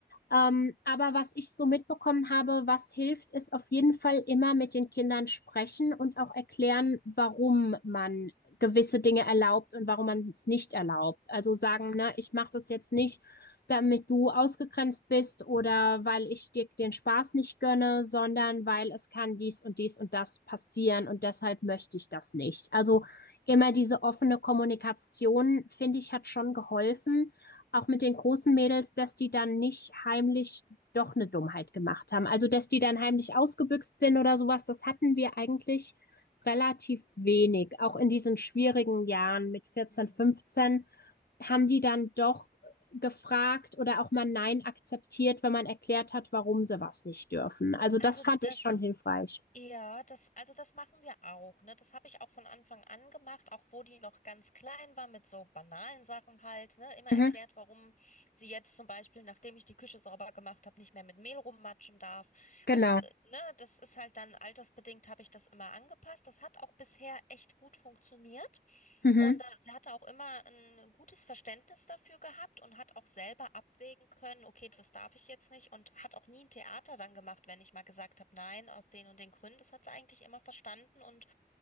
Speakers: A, on the left (about 75°); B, on the left (about 50°).
A: Ähm, aber was ich so mitbekommen habe, was hilft, ist auf jeden Fall immer mit den Kindern sprechen und auch erklären, warum man gewisse Dinge erlaubt und warum man es nicht erlaubt. Also sagen, ne, ich mache das jetzt nicht, damit du ausgegrenzt bist oder weil ich dir den Spaß nicht gönne, sondern weil es kann dies und dies und das passieren und deshalb möchte ich das nicht. Also immer diese offene Kommunikation, finde ich, hat schon geholfen, auch mit den großen Mädels, dass die dann nicht heimlich doch eine Dummheit gemacht haben. Also dass die dann heimlich ausgebüxt sind oder sowas, das hatten wir eigentlich relativ wenig. Auch in diesen schwierigen Jahren mit 14,
B: Hm.
A: 15 haben die dann doch gefragt oder auch mal Nein akzeptiert, wenn man erklärt hat, warum sie was nicht dürfen. Also
B: Also
A: das fand
B: das
A: ich schon hilfreich.
B: Ja, das, also das machen wir auch, ne? Das habe ich auch von Anfang an gemacht, auch wo die noch ganz klein war, mit so banalen Sachen halt, ne? Immer
A: Mhm,
B: erklärt, warum sie jetzt zum Beispiel, nachdem ich die Küche sauber gemacht habe, nicht mehr mit Mehl rummatschen darf.
A: genau.
B: Also, äh, ne, das ist halt dann altersbedingt, habe ich das immer angepasst. Das hat auch bisher echt gut funktioniert.
A: Mhm.
B: Und da, sie hatte auch immer ein gutes Verständnis dafür gehabt und hat auch selber abwägen können, okay, das darf ich jetzt nicht und hat auch nie ein Theater dann gemacht, wenn ich mal gesagt habe, nein, aus den und den Gründen. Das hat sie eigentlich immer verstanden und